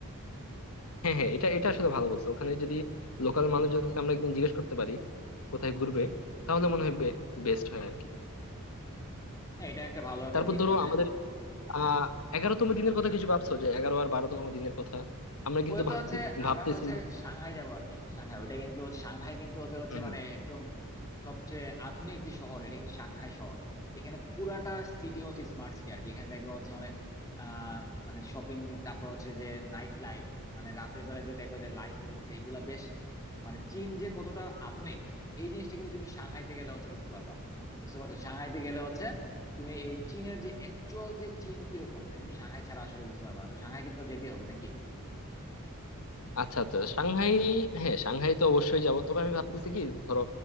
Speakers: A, on the left; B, on the left.
A: হ্যাঁ হ্যাঁ এটা এটা আসলে ভালো বলছো ওখানে যদি লোকাল মানুষজনকে আমরা একদিন জিজ্ঞেস করতে পারি কোথায় ঘুরবে তাহলে মনে হয় বেস্ট হয় আরকি
B: হ্যাঁ এটা একটা ভালো একটা
A: তারপর
B: দিক
A: ধরো
B: মানে
A: আমাদের আহ এগারোতম দিনের কথা কিছু ভাবছো যে এগারো আর বারোতম দিনের কথা আমরা কিন্তু
B: ওই তো
A: ভাবতে
B: হচ্ছে
A: ভাবতেছি
B: আমরা তো হচ্ছে সাংহাই যাবো আর কি সাংহাই ওইটা কিন্তু হচ্ছে- সাংহাই কিন্তু ওদের হচ্ছে
A: হম
B: মানে একদম সবচেয়ে আধুনিক যে শহর এটা কিন্তু সাংহাই শহর এখানে পুরাটা সিটি হচ্ছে স্মার্ট সিটি আর কি এখানে দেখবা হচ্ছে অনেক আহ মানে শপিং তারপর হচ্ছে যে নাইট লাইফ মানে রাতের বেলা যে দেখবা যে লাইট জ্বলতেছে এগুলা বেশ মানে চীন যে কতটা আধুনিক এই জিনিসটা কিন্তু তুমি সাংহাইতে গেলে হচ্ছে বুঝতে পারবা বুঝতে পারছো সাংহাইতে গেলে হচ্ছে তুমি এই চীনের যে অ্যাকচুয়াল যে চীন কিরকম এটা তুমি সাংহাই ছাড়া আসলে বুঝতে পারবা না তো সাংহাই কিন্তু যেতেই হবে নাকি
A: আচ্ছা আচ্ছা সাংহাই হ্যাঁ সাংহাই তো অবশ্যই যাব তবে আমি ভাবতেছি কি ধরো